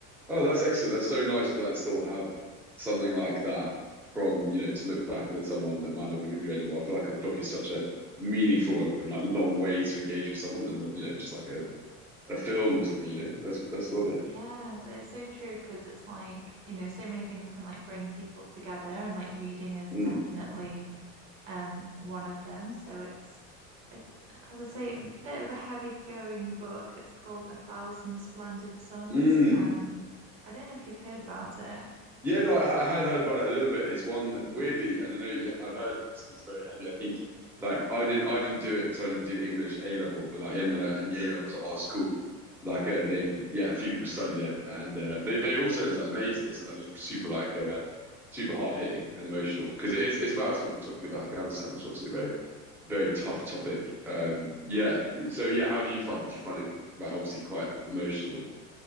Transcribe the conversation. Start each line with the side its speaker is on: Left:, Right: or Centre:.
Centre: Oh, that's excellent. That's so nice to like still have something like that from, you know, to look back with someone that might not be with you anymore. I feel like a book is such a meaningful and like long way to engage with someone and you know, just like a, a film or something, you know. That's that's lovely.
Right: Yeah, it's so true because it's like, you know, so many things can like bring people together and like reading is
Centre: Mm.
Right: definitely um one of them. So it's it's as I say, a bit of a heavy going book. It's called A Thousand Splendid Suns.
Centre: Mm.
Right: Um, I don't know if you've heard about it.
Centre: Yeah, no, I, I had heard about it a little bit. It's one that weirdly, and I know yeah, I've heard it's, it's very heavy. I think like I didn't I didn't do it because I didn't do English A level, but like in the in the A levels at our school, like uh, they yeah, a few people studied it and uh, they they all said it was like amazing. They said like it was super like uh, super hard hitting and emotional because it is it's about sort of the topic of Afghanistan, which is obviously a very very tough topic. Um, yeah. So yeah, how do you find it? Do you find it like obviously quite emotional?